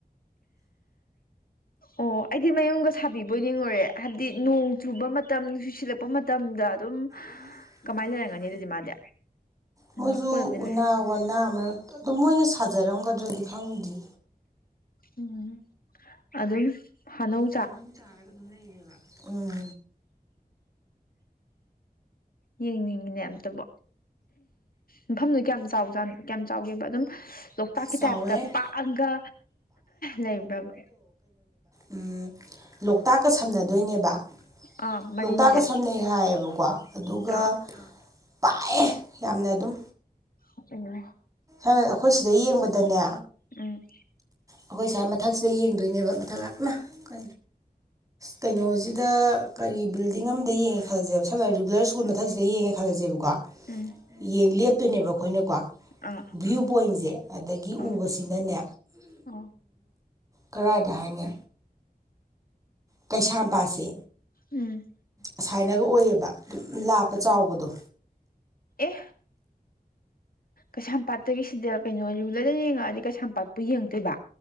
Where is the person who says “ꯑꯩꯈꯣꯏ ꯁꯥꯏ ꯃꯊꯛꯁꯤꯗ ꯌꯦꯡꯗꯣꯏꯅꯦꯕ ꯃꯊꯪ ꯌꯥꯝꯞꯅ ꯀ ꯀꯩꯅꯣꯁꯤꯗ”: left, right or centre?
Right